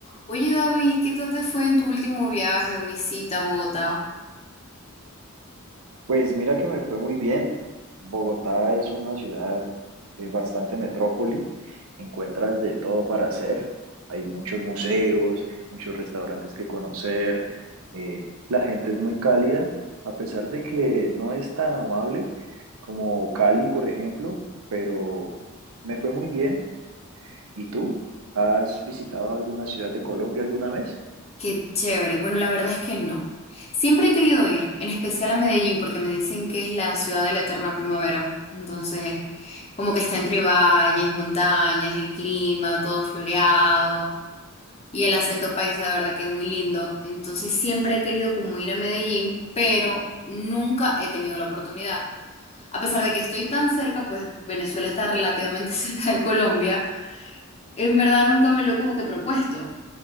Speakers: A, on the left; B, on the right.
A: Oye, David, ¿qué tal te fue en tu último viaje o visita a Bogotá?
B: Pues mira que me fue muy bien. Bogotá es una ciudad eh, bastante metrópoli. Encuentras de todo para hacer. Hay muchos museos, muchos restaurantes que conocer. Eh, la gente es muy cálida, a pesar de que no es tan amable como Cali, por ejemplo, pero me fue muy bien. ¿Y tú? ¿Has visitado alguna ciudad de Colombia alguna vez?
A: Qué chévere. Bueno, la verdad es que no. Siempre he querido ir, en especial a Medellín, porque me dicen que es la ciudad de la eterna primavera. Entonces, como que está entre valles, montañas, el clima, todo floreado y el acento paisa, de verdad que es muy lindo. Entonces, siempre he querido como ir a Medellín, pero nunca he tenido la oportunidad. A pesar de que estoy tan cerca, pues Venezuela está relativamente <laughs> cerca de Colombia. En verdad nunca me lo he como que propuesto.